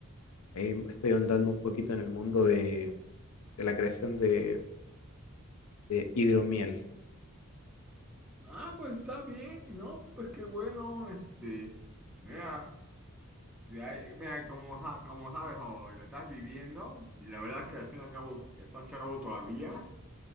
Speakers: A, on the left; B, in the centre.
A: eh, estoy andando un poquito en el mundo de, de la creación de de hidromiel.
B: Ah, pues está bien, ¿no? Pues qué bueno, este, mira, ya- mira, como, sa- como sabes o lo estás viviendo, y la verdad es que al fin y al cabo estás chavo todavía,